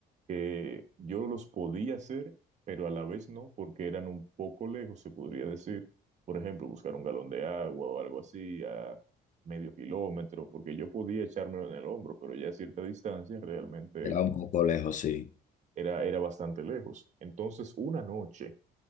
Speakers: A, on the right; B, on the left.
A: que yo los podía hacer, pero a la vez no, porque eran un poco lejos, se podría decir. Por ejemplo, buscar un galón de agua o algo así a medio kilómetro, porque yo podía echármelo en el hombro, pero ya a cierta distancia realmente
B: Era un poco lejos, sí.
A: era, era bastante lejos. Entonces, una noche,